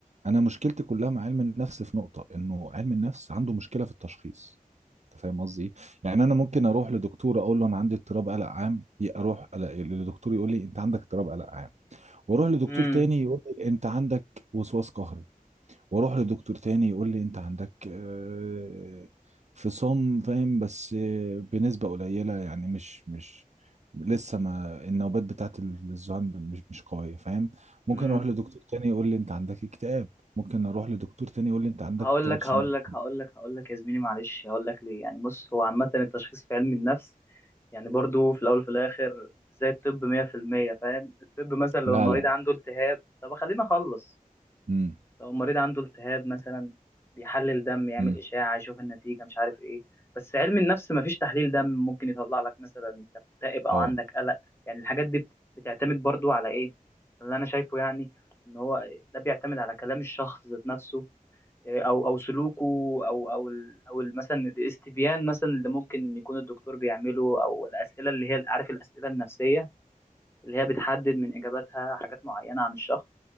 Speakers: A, on the right; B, on the left.
A: انا مشكلتي كلها مع علم النفس في نقطة انه علم النفس عنده مشكلة في التشخيص انت فاهم قصدي ايه يعني انا ممكن اروح لدكتور اقول له انا عندي اضطراب قلق عام ي- اروح ألاقي- لدكتور يقول لي انت عندك اضطراب قلق عام واروح لدكتور
B: امم
A: تاني يقول لي انت عندك وسواس قهري واروح لدكتور تاني يقول لي انت عندك آه، فصام فاهم بس آه، بنسبة قليلة يعني مش مش لسه ما النوبات بتاعت ال- الذهان مش مش قوية فاهم ممكن
B: امم.
A: اروح لدكتور تاني يقول لي انت عندك اكتئاب ممكن اروح لدكتور تاني يقول لي انت عندك
B: هقول
A: اضطراب
B: لك
A: ثنائي
B: هقول لك هقول لك هقول لك يا زميلي معلش هقول لك ليه يعني بص هو عامة التشخيص في علم النفس يعني برضو في الأول وفي الآخر زي الطب 100% فاهم الطب مثلا لو
A: لا
B: المريض
A: لا
B: عنده التهاب طب خلينا أخلص
A: امم
B: لو المريض عنده التهاب مثلا بيحلل دم يعمل
A: امم
B: إشاعة يشوف النتيجة مش عارف إيه بس علم النفس مفيش تحليل دم ممكن يطلع لك مثلا أنت مكتئب أو
A: اه
B: عندك قلق يعني الحاجات دي بت- بتعتمد برضو على إيه اللي أنا شايفه يعني إن هو ده بيعتمد على كلام الشخص ذات نفسه آه، او او سلوكه او او ال- او ال- مثلا الاستبيان مثلا اللي ممكن ان يكون الدكتور بيعمله او الاسئله اللي هي عارف الاسئله النفسيه اللي هي بتحدد من اجاباتها حاجات معينه عن الشخص